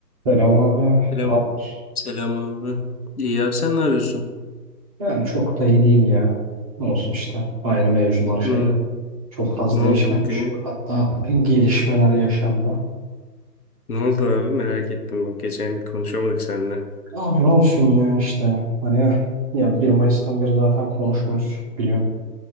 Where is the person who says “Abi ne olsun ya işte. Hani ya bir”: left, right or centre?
Right